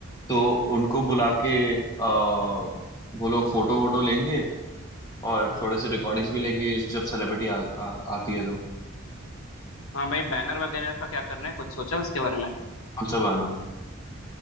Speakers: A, on the left (about 20°); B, on the left (about 80°).
A: तो उनको बुला के अ, वो लोग फोटो वोटो लेंगे और थोड़े से रिकॉर्डिंग्स भी लेंगे जब सेलिब्रिटी आ, आ, आती है तो
B: हाँ भाई बैनर वगैरह का क्या करना है कुछ सोचा उसके बारे में
A: हम सब आना